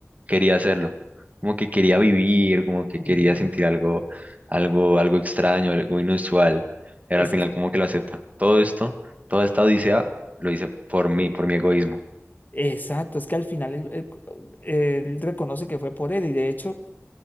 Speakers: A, on the right; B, on the left.
A: Quería hacerlo. Como que quería vivir, como que quería
B: Ujú.
A: sentir algo, algo, algo extraño, algo inusual. Era
B: Es
A: al final
B: que,
A: como que lo acepta. Todo esto, toda esta odisea, lo hice por mí, por mi egoísmo.
B: exacto, es que al final él, él- él reconoce que fue por él y de hecho